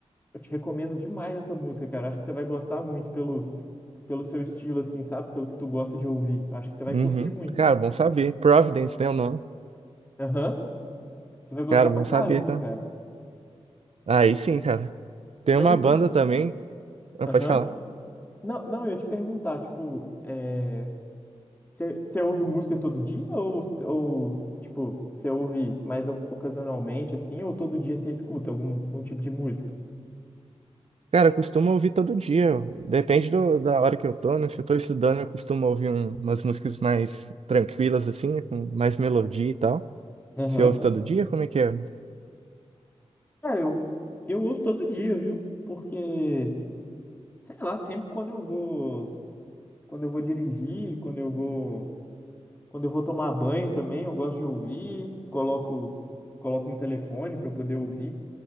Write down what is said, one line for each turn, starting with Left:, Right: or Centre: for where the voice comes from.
Left: eu te recomendo demais essa música, cara. Acho que você vai gostar muito pelo, pelo seu estilo, assim, sabe? Pelo que tu gosta de ouvir. Acho que você vai
Right: Uhum.
Left: curtir muito.
Right: Cara, bom saber. Providence, né? O nome.
Left: Aham. Você vai gostar
Right: Cara,
Left: pra
Right: bom
Left: caramba,
Right: saber, tá?
Left: cara.
Right: Aí sim, cara. Tem
Left: Mas
Right: uma
Left: assim,
Right: banda também. Ah,
Left: aham.
Right: pode falar.
Left: Não, não, eu ia te perguntar, tipo, é... você você ouve música todo dia ou, ou tipo, você ouve mais oc- ocasionalmente, assim, ou todo dia você escuta algum, algum tipo de música?
Right: Cara, eu costumo ouvir todo dia. Depende do- da hora que eu tô, né? Se eu tô estudando, eu costumo ouvir um- umas músicas mais tranquilas, assim, né? Com mais melodia e tal.
Left: Aham.
Right: Você ouve todo dia? Como é que é?
Left: Cara, eu, eu ouço todo dia, viu? Porque, sei lá, sempre quando eu vou, quando eu vou dirigir, quando eu vou, quando eu vou tomar banho também, eu gosto de ouvir, coloco, coloco no telefone para eu poder ouvir.